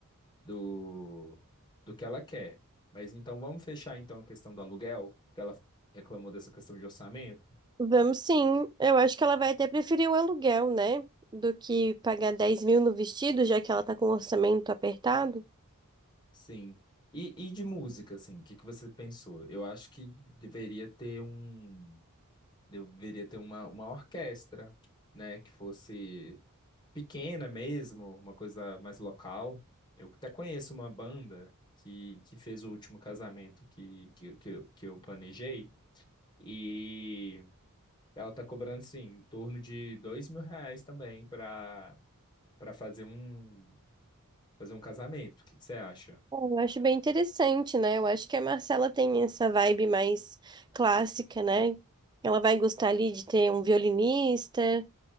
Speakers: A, on the left; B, on the right.
A: do, do que ela quer. Mas então, vamos fechar então a questão do aluguel, porque ela reclamou dessa questão de orçamento.
B: Vamos sim. Eu acho que ela vai até preferir o aluguel, né? Do que pagar 10 mil no vestido, já que ela tá com o orçamento apertado.
A: Sim. E, e de música, assim, o que que você pensou? Eu acho que deveria ter um Deveria ter uma, uma orquestra, né? Que fosse pequena mesmo, uma coisa mais local. Eu até conheço uma banda que, que fez o último casamento que, que, que, eu- que eu planejei. E ela tá cobrando, assim, em torno de dois mil reais também para para fazer um, fazer um casamento. O que que você acha?
B: Bom, Eu acho bem interessante, né? Eu acho que a Marcela tem essa vibe mais clássica, né? Ela vai gostar ali de ter um violinista,